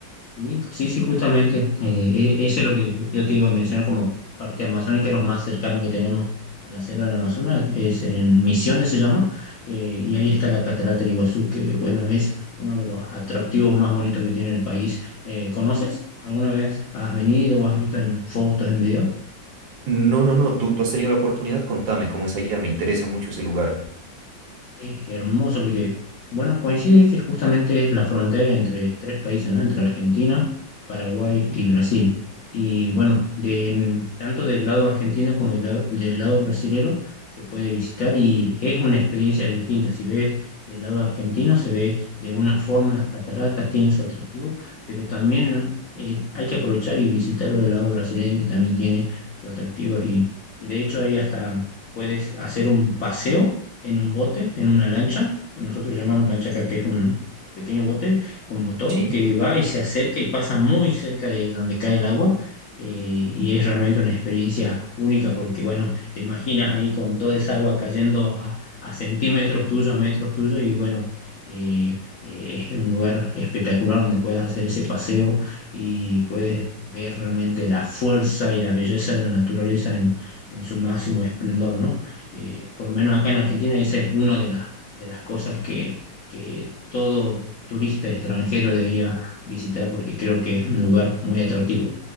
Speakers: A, on the left (about 60°); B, on the right (about 75°).
A: Sí, sí, sí, justamente. eh, e- eso es lo que yo te iba a mencionar como parte amazónica, los más cercanos que tenemos a la selva del Amazonas, es en Misiones se llama, eh, y ahí está la Catarata del Iguazú, que bueno, es uno de los atractivos más bonitos que tiene el país. Eh, ¿conoces? ¿Alguna vez has venido o has visto en fotos, en videos?
B: No, no, no, tú, tú has tenido la oportunidad, contame cómo es allá, me interesa mucho ese lugar.
A: Es hermoso porque, bueno, coincide ahí que justamente es la frontera entre tres países, ¿no? Entre Argentina, Paraguay y Brasil. Y bueno, de, mm, tanto del lado argentino como del, lado del lado brasilero se puede visitar y es una experiencia distinta. Si ves del lado argentino, se ve de una forma las cataratas, tiene su atractivo, pero también eh, hay que aprovechar y visitarlo del lado brasileño que también tiene sus atractivos y, y de hecho ahí hasta puedes hacer un paseo en un bote, en una lancha. Nosotros llamamos lancha acá, que es un pequeño bote con motor
B: ¿Sí?
A: que va y se acerca y pasa muy cerca de donde cae el agua. eh, y es realmente una experiencia única porque, bueno, te imaginas ahí con toda esa agua cayendo a, a centímetros tuyos, a metros tuyos y, bueno, eh, eh, es un lugar espectacular donde puedes hacer ese paseo y puedes ver realmente la fuerza y la belleza de la naturaleza en, en su máximo esplendor, ¿no? eh, por lo menos acá en Argentina, esa es una de, las de las cosas que, que todo turista extranjero debería visitar porque creo que es un lugar muy atractivo.